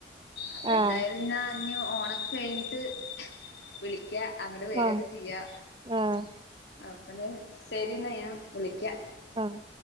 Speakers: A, on the left; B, on the right.
A: അപ്പൊ
B: ആഹ്
A: എന്തായാലും എന്നാ. ഓണക്കെ കഴിഞ്ഞിട്ട് വിളിക്ക അങ്ങട്ട് വരൊക്കെ
B: ആഹ്
A: ചെയ്യാ
B: ആഹ്
A: അപ്പ ശരി എന്നാ ഞാൻ വിളിക്ക
B: ആഹ്